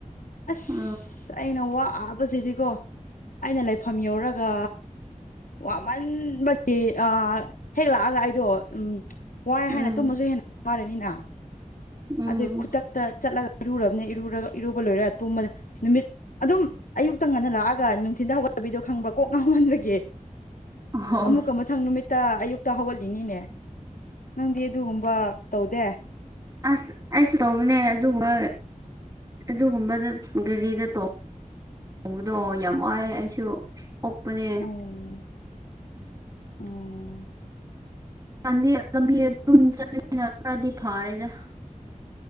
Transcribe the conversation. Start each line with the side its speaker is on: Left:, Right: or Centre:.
Left: ꯑꯁ
Right: ꯎꯝ
Left: ꯑꯩꯅ ꯋꯥ ꯆꯕꯁꯤꯗꯤꯀꯣ ꯑꯩꯅ ꯂꯩꯐꯝ ꯌꯧꯔꯒ ꯋꯥꯃꯟꯕꯒꯤ ꯑ ꯍꯦꯛ ꯂꯥꯛꯑꯒ ꯑꯩꯗꯣ ꯎꯝ ꯋꯥꯏ
Right: ꯎꯝ
Left: ꯍꯥꯏꯅ ꯇꯨꯝꯃꯁꯨ ꯍꯦꯟꯅ ꯋꯥꯔꯅꯤꯅ
Right: ꯎꯝ
Left: ꯑꯗꯨ ꯈꯨꯗꯛꯇ ꯆꯠꯂꯒ ꯏꯔꯨꯔꯕꯅꯤ ꯏꯔꯨꯔꯒ ꯏꯔꯨꯕ ꯂꯣꯏꯔ ꯇꯨꯝꯕꯗ ꯅꯨꯃꯤꯠ ꯑꯗꯨꯝ ꯑꯌꯨꯛꯇꯪ ꯉꯟꯅ ꯂꯥꯛꯑꯒ ꯅꯨꯡꯊꯤꯟ ꯍꯧꯒꯠ ꯕꯤꯗꯣ ꯈꯪꯕ꯭ꯔꯥ ꯀꯣꯛ ꯉꯥꯎꯍꯟꯕꯒꯤꯦ
Right: ꯑꯣ
Left: ꯑꯃꯨꯛꯀ ꯃꯊꯪ ꯅꯨꯃꯤꯠꯇ ꯑꯌꯨꯛ ꯛꯇ ꯍꯧꯒꯠꯂꯤꯉꯤꯅꯦ ꯅꯪꯗꯤ ꯑꯗꯨꯒꯨꯝꯕ ꯇꯧꯗꯦ
Right: ꯑꯁ ꯑꯩꯁꯨ ꯇꯧꯕꯅꯦ ꯑꯗꯨꯒ ꯑꯗꯨꯒꯨꯝꯕꯗ ꯒꯥꯔꯤꯗ ꯇ ꯎꯣꯡꯕꯗꯣ ꯌꯥꯝ ꯋꯥꯏꯦ ꯑꯩꯁꯨ ꯑꯣꯛꯄꯅꯦ
Left: ꯎꯝ ꯎꯝ
Right: ꯆꯥꯟꯗꯤ ꯂꯝꯕꯤ ꯑꯗꯨꯝ ꯆꯠꯂꯅꯤꯅ ꯈꯔꯗꯤ ꯐꯥꯔꯦꯗ